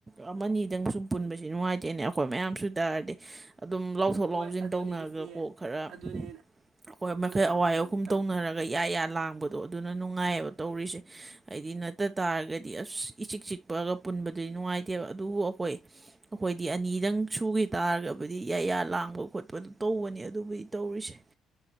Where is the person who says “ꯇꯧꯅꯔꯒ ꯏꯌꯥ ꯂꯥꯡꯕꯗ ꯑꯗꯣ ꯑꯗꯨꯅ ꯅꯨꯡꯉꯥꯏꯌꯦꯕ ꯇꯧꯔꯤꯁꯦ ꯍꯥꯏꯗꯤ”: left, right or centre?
Right